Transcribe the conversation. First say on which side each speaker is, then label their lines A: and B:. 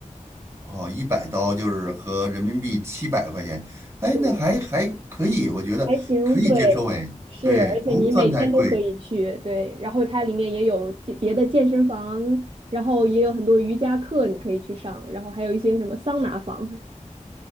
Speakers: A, on the right (about 20°); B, on the right (about 45°).
A: 哦，一百刀就是合人民币七百块钱，哎，
B: 对，
A: 那还还可以，我觉得可以接受，
B: 还行，对，
A: 哎，
B: 是，
A: 对，
B: 而且你每天都可以去，
A: 不算太贵。
B: 对，然后它里面也有健别的健身房，然后也有很多瑜伽课你可以去上，然后还有一些什么桑拿房。<laughs>